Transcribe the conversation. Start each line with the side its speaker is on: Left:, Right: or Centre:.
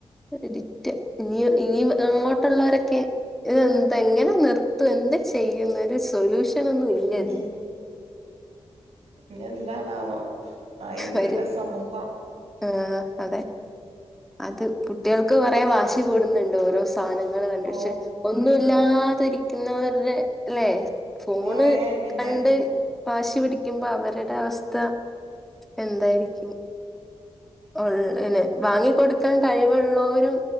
Centre: അഡിക്റ്റ ഇനി ഇനിയും അങ്ങോട്ടുള്ളവരൊക്കെ ഇതെന്താ എങ്ങനെ നിർത്തും എന്താ ചെയ്യുന്ന ഒരു സൊല്യൂഷൻ ഒന്നും ഇല്ല
Right: ഉം
Centre: ഇതിന്
Right: പിന്നെ എന്താണാവോ ആഹ് ഇതന്ന
Centre: വരും
Right: സമൂഹം
Centre: ആഹ് അതെ അത് കുട്ടികൾക്ക് കൊറെ വാശി കൂടുന്നുണ്ട് ഓരോ സാധനങ്ങൾ കണ്ടിട്ട്
Right: ഓ
Centre: ഒന്നുല്ലാതിരിക്കുന്നവരുടെ അല്ലെ ഫോണ്
Right: ഓയേ പിന്നെ
Centre: കണ്ട് വാശി പിടിക്കുമ്പോ അവരുടെ അവസ്ഥ എന്തായിരിക്കും ഉളളന്നെ വാങ്ങി വാങ്ങി കൊടുക്കാൻ കഴിവുള്ളോരും